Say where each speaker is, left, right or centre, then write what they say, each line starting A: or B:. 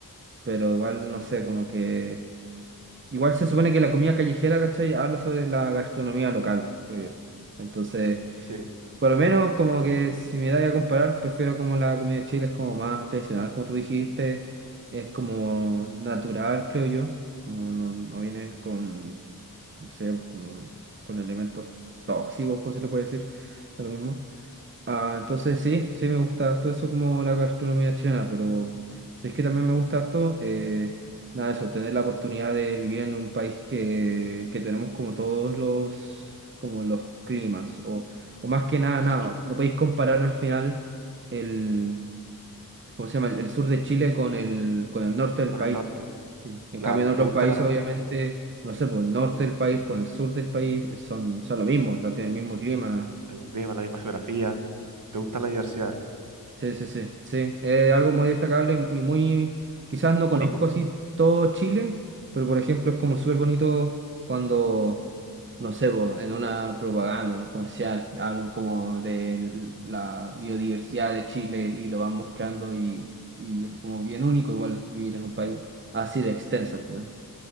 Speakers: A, on the right; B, on the right.
A: Pero igual, no sé, como que... Igual se supone que la comida callejera, ¿cachai? Habla sobre la gastronomía local, creo yo. Entonces,
B: mm, sí,
A: por lo menos como que si me da a comparar, prefiero como la comida de Chile es como más tradicional, como tú dijiste, es como natural, creo yo. Como no, no viene con, no sé, pues como con elementos tóxicos, ¿cómo se le puede decir? De lo mismo. Ah, entonces sí, sí me gusta harto eso como la gastronomía chilena, pero sí es que también me gusta harto, eh, nada, eso, tener la oportunidad de vivir en un país que, que tenemos como todos los, como los climas, o, o más que nada, nada,
B: sí,
A: no podéis comparar al final el, ¿cómo se llama? El, el sur de Chile con el, con el norte del
B: con
A: país.
B: el norte,
A: Sí. En
B: claro.
A: cambio en otros
B: ¿Te gusta
A: países,
B: la,
A: obviamente, no sé, por el norte del país con el sur del país eh, son, son lo mismo, o sea, tienen el mismo clima.
B: el clima, la misma geografía? ¿Te gusta la diversidad?
A: Sí, sí, sí, sí. Eh, algo muy destacable y, y muy, quizás no
B: Único.
A: conozco así todo Chile, pero por ejemplo es como súper bonito cuando, no sé, po, en una propaganda, en un comercial, hablan como de la biodiversidad de Chile y lo van mostrando y, y es como bien único igual vivir en un país así de extenso, po, ¿no?